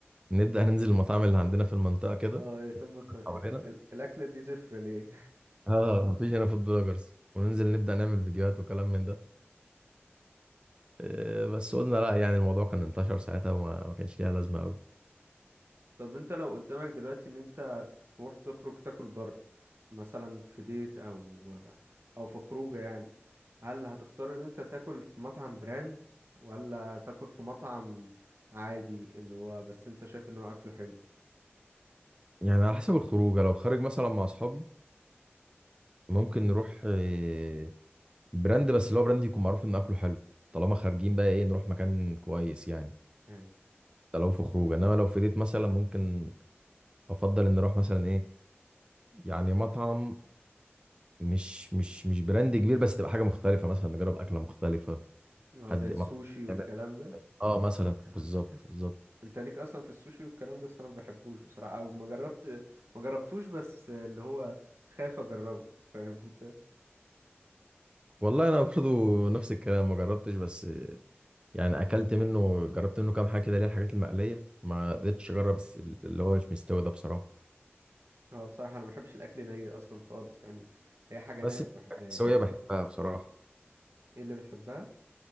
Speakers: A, on the right; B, on the right.
A: نبدأ ننزل المطاعم اللي عندنا في المنطقة كده
B: اه يتم
A: وفي
B: ت-
A: بلد
B: ال-
A: حوالينا
B: ال- الاكلة دي زفرة ليه
A: آه مفيش هنا فود بلوجرز وننزل نبدأ نعمل فيديوهات وكلام من ده آه، بس قلنا لا يعني الموضوع كان انتشر ساعتها وما ما كانش ليها لازمة أوي
B: طب انت لو قدامك دلوقتي ان انت تروح تخرج تاكل بره مثلا في ديت او او في خروجه يعني هل هتختار ان انت تاكل في مطعم براند ولا تاكل في مطعم عادي اللي هو بس انت شايف ان هو اكله حلو
A: يعني على حسب الخروجة لو خارج مثلا مع أصحابي ممكن نروح آه، براند بس اللي هو براند يكون معروف ان اكله حلو طالما خارجين بقى ايه نروح مكان كويس يعني
B: يعني
A: ده لو في خروج انما لو في ديت مثلا ممكن افضل ان نروح مثلا ايه يعني مطعم مش مش مش براند كبير بس تبقى حاجه مختلفه مثلا نجرب اكله مختلفه
B: اه
A: حد
B: زي السوشي
A: ما
B: والكلام
A: يعمل-
B: ده
A: اه مثلا بالظبط بالظبط
B: انت ليك اصلا في السوشي والكلام ده بس انا ما بحبوش بصراحه او ما جربت ما جربتوش بس اللي هو خايف اجربه فاهم انت
A: والله انا برضه نفس الكلام ما جربتش بس يعني اكلت منه جربت منه كام حاجه كده اللي هي الحاجات المقليه ما قدرتش اجرب الس- اللي هو مش مستوي ده بصراحه
B: هو بصراحه انا ما بحبش الاكل ني اصلا خالص يعني هي حاجه
A: بس
B: نيه ما بحبهاش
A: الحاجات السويه بحبها بصراحه
B: ايه اللي بتحبها